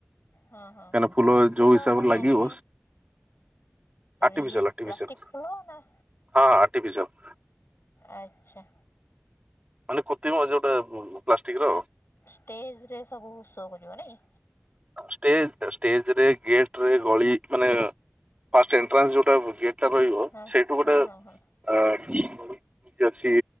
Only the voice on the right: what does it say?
କାହିଁକିନା
ଯୋଉ ହିସାବରେ
ଲାଗିବ
ଆର୍ଟିଫିସିଆଲ
ଆର୍ଟିଫିସିଆଲ
ହଁ ଆର୍ଟିଫିସିଆଲ।
ମାନେ କୃତ୍ରିମ ଯୋଉଟା ପ୍ଲାଷ୍ଟିକର ଆଉ।
ଷ୍ଟେଜରେ ଷ୍ଟେଜରେ ଗେଟରେ ଗଳି ମାନେ ଫାଷ୍ଟ ଏଣ୍ଟ୍ରାନ୍ସ ଯୋଉଟା ଗେଟ୍ ଟା ରହିବ,
ସେଇଠୁ ଗୋଟେ
ଆ <unintelligible> ଅଛି